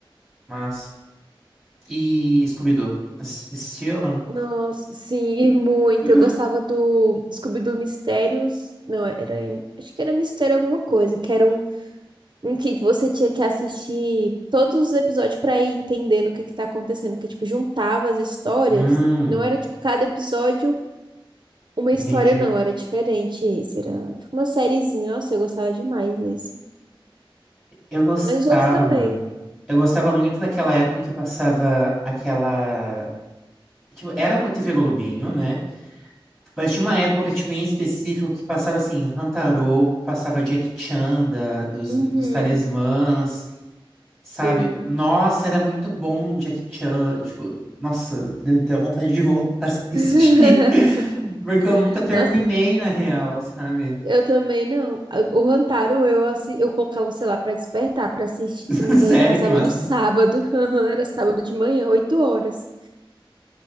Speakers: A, in the centre; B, on the right.
A: Mas. E Scooby-Doo? Ass- Assistiu ou não?
B: Nossa, sim, e muito.
A: <laughs>
B: Eu gostava do Scooby-Doo Mistérios. Não, era. Acho que era Mistério alguma coisa. Que era um, um que você tinha que assistir todos os episódios pra ir entendendo o que que tá acontecendo. Porque, tipo, juntava as histórias.
A: Hum,
B: Não era, tipo, cada episódio uma história,
A: entendi.
B: não. Era diferente esse. Era, tipo, uma sériezinha. Nossa, eu gostava demais desse.
A: Eu gostava.
B: Mas os outros também.
A: Eu gostava muito daquela época que passava aquela. Tipo, era a TV Globinho, né? Mas tinha uma época, tipo, em específico que passava, assim, Hantaro, passava Jack Chan da- dos,
B: Uhum,
A: dos Talismãs, sabe?
B: sim.
A: Nossa, era muito bom um Jack Chan. Tipo, nossa, deu deu vontade de voltar a assistir.
B: <laughs>
A: <laughs> Porque eu nunca terminei,
B: Nossa,
A: na real, sabe?
B: Eu também não. A- O Rantaro, eu, assi- eu colocava, sei lá, pra despertar, pra assistir,
A: <laughs>
B: que se eu não me engano,
A: Sério,
B: ele passava
A: que massa.
B: no sábado. <laughs> Aham, Era sábado de manhã, 8 horas.